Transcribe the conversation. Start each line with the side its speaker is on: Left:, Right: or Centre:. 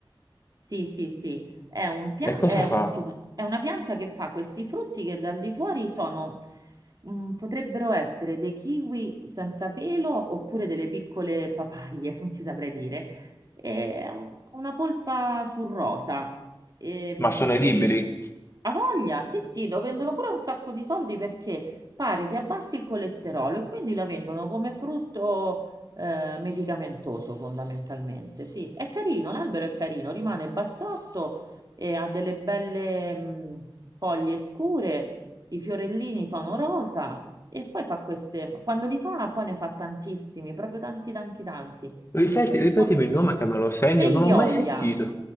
Right: Sì, sì, sì, è un pia-
Left: E
Right: è
Left: cosa
Right: un-
Left: fa?
Right: scusa, è una pianta che fa questi frutti che dal di fuori sono, mm, potrebbero essere dei kiwi senza pelo oppure delle piccole papaie, <laughs> non ti saprei dire. È un- una polpa sul rosa. Ehm,
Left: Ma sono i liberi?
Right: ha voglia, sì, sì, lo vendono pure un sacco di soldi perché pare che abbassi il colesterolo e quindi lo vendono come frutto eh, medicamentoso fondamentalmente. Sì, è carino, l'albero è carino, rimane bassotto e ha delle belle mh, foglie scure, i fiorellini sono rosa e poi fa queste, quando li fa poi ne fa tantissimi, proprio tanti tanti tanti.
Left: Ripeti,
Right: Sì,
Left: ripetimi
Right: con
Left: il nome che me lo segno,
Right: Peioia,
Left: non l'ho mai sentito.